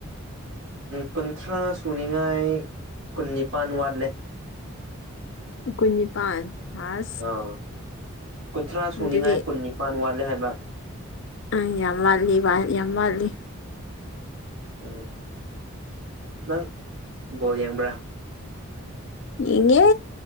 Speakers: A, on the right; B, on the left.
A: ꯀꯨꯟꯊ꯭ꯔꯥ ꯁꯨꯅꯤꯉꯥꯏ ꯀꯨꯟꯅꯤꯄꯥꯟ ꯋꯥꯠꯂꯦ
B: ꯀꯨꯟꯅꯤꯄꯥꯟ ꯍ
A: ꯑꯥ ꯀꯨꯟꯊ꯭ꯔꯥ
B: ꯑꯗꯨꯗꯤ
A: ꯁꯨꯅꯤꯡꯉꯥꯏ ꯀꯨꯟ ꯅꯤꯄꯥꯟ ꯋꯥꯠꯂꯦ ꯍꯥꯏꯕ
B: ꯑ ꯌꯥꯝ ꯋꯥꯠꯂꯤ ꯌꯥꯝ ꯋꯥꯠꯂꯤ
A: ꯎꯝ ꯅꯪ ꯕꯣꯜ ꯌꯦꯡꯕ꯭ꯔꯥ
B: ꯌꯦꯡꯉꯦ